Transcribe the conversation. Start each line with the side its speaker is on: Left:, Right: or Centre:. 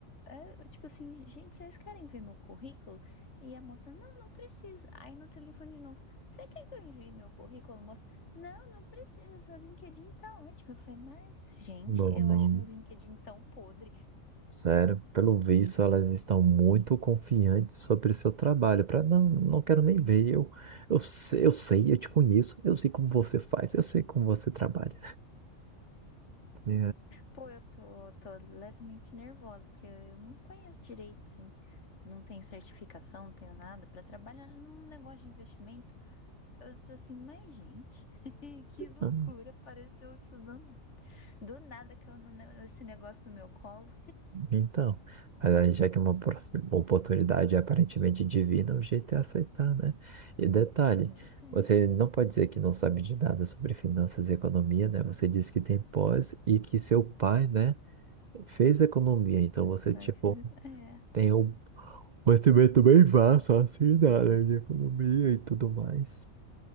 Left: é, eu, tipo assim, gente, vocês querem ver meu currículo? E a moça, não, não precisa. Aí no telefone de novo, você quer que eu envie meu currículo, moça? Não, não precisa, seu LinkedIn tá ótimo. Eu falei, mas, gente,
Right: Bom,
Left: eu
Right: não.
Left: acho meu LinkedIn tão podre.
Right: Sério, pelo visto, elas estão muito confiantes sobre seu trabalho. Para não, não quero nem ver. Eu, eu sei, eu sei, eu te conheço, eu sei como você faz, eu sei como você trabalha. tá
Left: Pô, eu tô, tô levemente nervosa, porque eu não conheço direito, assim. não tenho certificação, não tenho nada para trabalhar num negócio de investimento. Eu tô assim, mas gente, <laughs> que loucura,
Right: Ah,
Left: apareceu isso do, do nada que eu não esse negócio no meu colo.
Right: Então, mas aí já que é uma opor- oportunidade aparentemente divina, o jeito é aceitar, né? E detalhe,
Left: Pois é,
Right: você não pode dizer que não sabe de nada sobre finanças e economia, né? Você disse que tem pós e que seu pai, né, fez economia. Então
Left: meu
Right: você,
Left: pai
Right: tipo,
Left: fez, é.
Right: tem o Mas também, também vasto assim, na área de economia e tudo mais.